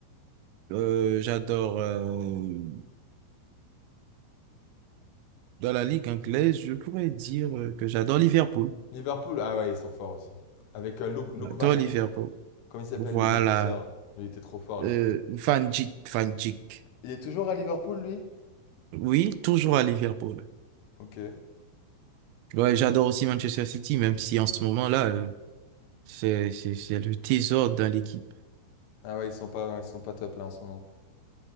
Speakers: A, on the right; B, on the left.
A: Euh, j'adore euh, dans la ligue anglaise, je pourrais dire euh, que j'adore Liverpool.
B: Liverpool, ah ouais, ils sont forts aussi. Avec euh, Luke, Luke
A: J'adore
B: Van Dijk,
A: Liverpool.
B: comment il s'appelle
A: Voilà.
B: le défenseur Lui, il était trop fort,
A: Euh,
B: lui.
A: Van Dijk, Van Dijk.
B: Il est toujours à Liverpool, lui
A: Oui, toujours à Liverpool.
B: Ok.
A: Ouais, j'adore aussi Manchester City, même si en ce moment-là, euh, c'est, c'est, c'est le trésor dans l'équipe.
B: Ah ouais, ils sont pas, ils sont pas top là en ce moment.